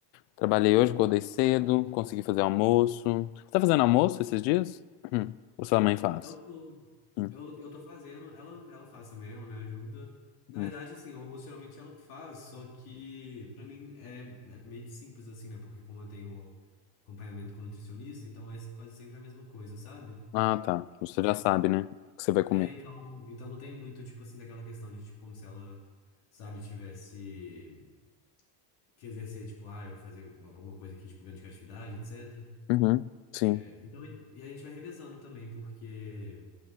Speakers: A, on the left; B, on the left.
A: trabalhei hoje, acordei cedo, consegui fazer almoço. Você tá fazendo almoço esses dias? Hum. Ou sua mãe faz?
B: Eu tô,
A: Hum.
B: eu, eu tô fazendo, ela, ela faz também, ela me ajuda. Na
A: Hum.
B: verdade, assim, o almoço geralmente ela que faz, só que pra mim é, é meio que simples, assim, né? Porque como eu tenho acompanhamento com nutricionista, então é quase sempre a mesma coisa, sabe?
A: Ah, tá. Você já sabe, né? O que você vai comer.
B: É, então, então não tem muito, tipo assim, daquela questão de, tipo, como se ela, sabe, tivesse. que exercer, tipo, ah, eu vou fazer alguma coisa aqui, tipo, grande criatividade, etc.
A: Uhum, sim.
B: É, então, e a gente vai revezando também, porque